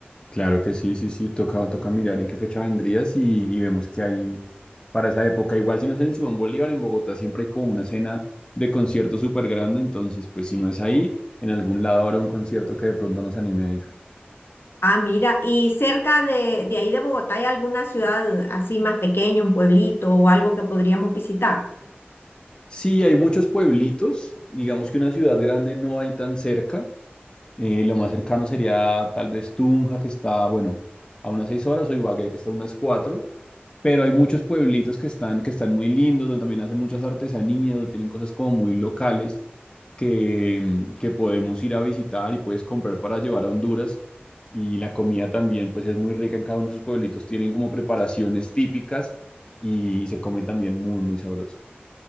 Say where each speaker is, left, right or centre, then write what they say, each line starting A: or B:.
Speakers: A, on the left; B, on the left.
A: Claro que sí, sí, sí, toca, toca mirar en qué fecha vendrías y, y vemos que hay para esa época. Igual si no es en el Simón Bolívar, en Bogotá siempre hay como una escena de concierto súper grande, entonces pues si no es ahí, en algún lado habrá un concierto que de pronto nos anime a ir.
B: Ah, mira, y cerca de, de ahí de Bogotá, ¿hay alguna ciudad así más pequeña, un pueblito o algo que podríamos visitar?
A: Sí, hay muchos pueblitos, digamos que una ciudad grande no hay tan cerca, Eh, lo más cercano sería tal vez Tunja, que está, bueno, a unas seis horas, o Ibagué, que está a unas cuatro. Pero hay muchos pueblitos que están, que están muy lindos, donde también hacen muchas artesanías, donde tienen cosas como muy locales que, que podemos ir a visitar y puedes comprar para llevar a Honduras. Y la comida también, pues es muy rica en cada uno de sus pueblitos. Tienen como preparaciones típicas y se come también muy, muy sabroso.